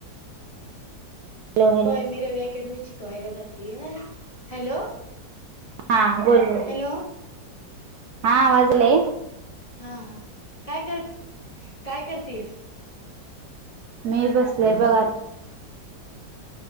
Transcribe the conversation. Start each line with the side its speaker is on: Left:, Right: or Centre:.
Right: हॅलो हॅलो
Left: होय मी रवि अकॅडमी मधे शिकवायला जाते हॅलो
Right: हा बोल ब
Left: हॅलो
Right: हा आवाज यायला
Left: हा काय कर काय करतेयस
Right: मी बसलेय बघा आता